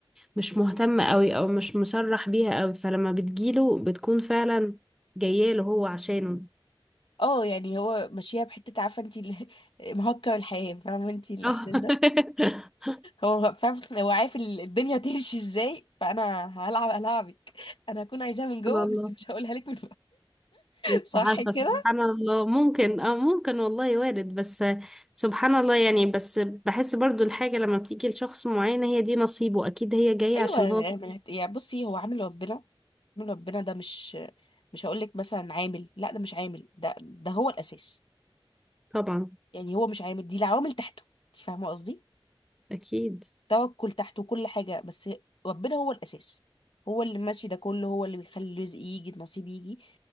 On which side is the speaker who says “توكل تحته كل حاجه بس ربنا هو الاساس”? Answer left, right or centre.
Left